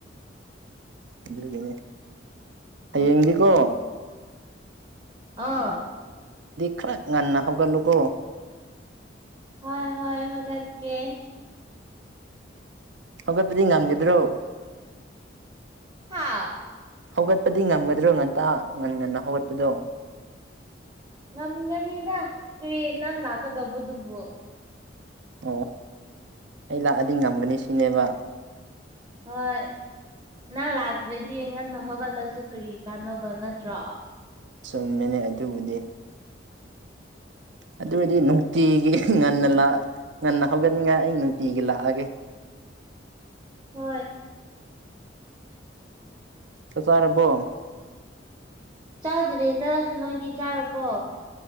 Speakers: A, on the right; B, on the right.
A: ꯑꯗꯨꯒꯤꯅꯦ ꯍꯌꯦꯡꯗꯤꯀꯣ
B: ꯑꯣ ꯑꯣ ꯑꯥ
A: ꯈꯥꯔ ꯉꯟꯅ ꯍꯧꯒꯠꯂꯨꯀꯣ
B: ꯍꯣꯏ ꯍꯣꯏ ꯍꯧꯒꯠꯀꯦ
A: ꯍꯧꯒꯠꯄꯗꯤ ꯉꯝꯒꯗ꯭ꯔꯣ
B: ꯍꯥꯥ
A: ꯍꯧꯒꯠꯄꯗꯤ ꯉꯝꯒꯗ꯭ꯔꯣ ꯉꯟꯇ ꯉꯟ ꯉꯟꯅ ꯍꯧꯒꯠꯄꯗꯣ
B: ꯉꯝꯒꯅꯤꯗ ꯀꯔꯤ ꯅꯪ ꯂꯥꯛꯀꯗꯧꯕꯗꯨꯕꯨ
A: ꯑꯣ ꯑꯩ ꯂꯥꯛꯑꯗꯤ ꯉꯝꯒꯅꯤ ꯁꯤꯅꯦꯕ
B: ꯍꯣꯏ ꯅꯪ ꯂꯥꯛꯇ꯭ꯔꯗꯤ ꯉꯟꯅ ꯍꯧꯒꯠꯂꯁꯨ ꯀꯔꯤ ꯀꯥꯟꯅꯕ <unintelligible> ꯅꯠꯇ꯭ꯔꯥ
A: ꯆꯨꯝꯃꯦꯅꯦ ꯑꯗꯨꯕꯨꯗꯤ ꯑꯗꯨ ꯑꯣꯏꯔꯗꯤ ꯅꯨꯡꯇꯤꯒꯤ ꯍꯝ ꯉꯟꯅ ꯂꯥꯛ ꯉꯟꯅ ꯍꯧꯒꯠꯅꯤꯡꯉꯥꯏ ꯑꯩ ꯇꯤꯒꯤ ꯂꯥꯛꯑꯒꯦ
B: ꯍꯣꯏ
A: ꯆꯥꯛ ꯆꯥꯔꯕꯣ
B: ꯆꯥꯗ꯭ꯔꯤꯗ ꯅꯣꯏꯗꯤ ꯆꯥꯔꯕꯣ